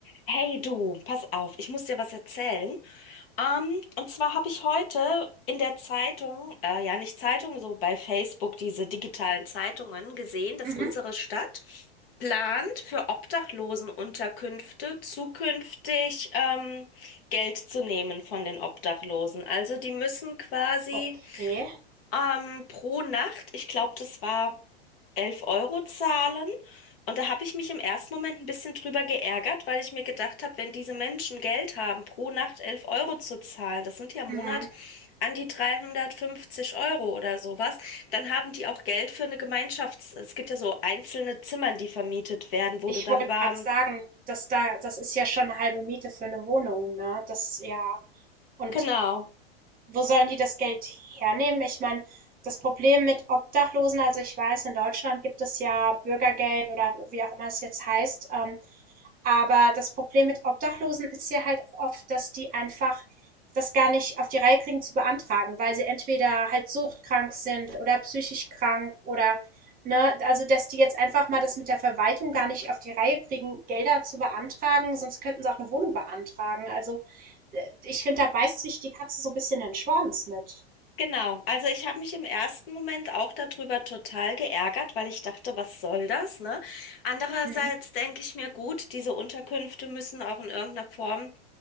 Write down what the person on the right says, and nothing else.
Mhm.
Okay.
Mhm.
Ich
wollte
gerade sagen, dass da, das ist ja schon eine halbe Miete für eine Wohnung, ne? Das ja. Und
wo sollen die das Geld hernehmen? Ich meine, das Problem mit Obdachlosen, also ich weiß, in Deutschland gibt es ja Bürgergeld oder wie auch immer es jetzt heißt. Ähm, Aber das Problem mit Obdachlosen ist ja halt auch oft, dass die einfach das gar nicht auf die Reihe kriegen zu beantragen, weil sie entweder halt suchtkrank sind oder psychisch krank oder, ne, also dass die jetzt einfach mal das mit der Verwaltung gar nicht auf die Reihe kriegen, Gelder zu beantragen, sonst könnten sie auch eine Wohnung beantragen. Also äh, ich finde, da beißt sich die Katze so ein bisschen den Schwanz mit.
Hm,